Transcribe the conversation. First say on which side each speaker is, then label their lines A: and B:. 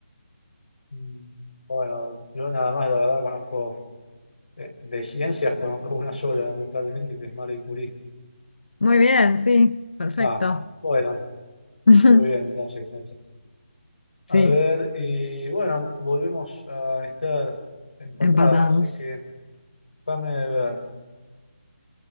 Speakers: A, on the left; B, on the left.
A: Mm, Bueno, yo nada más, la verdad, conozco De, de ciencias conozco una sola, lamentablemente, que es Marie Curie.
B: Muy bien, sí, perfecto.
A: Ah, bueno,
B: <laughs>
A: me fue bien entonces con eso.
B: Sí,
A: A ver, y bueno, volvemos a estar empatados,
B: empatados.
A: así que déjame ver.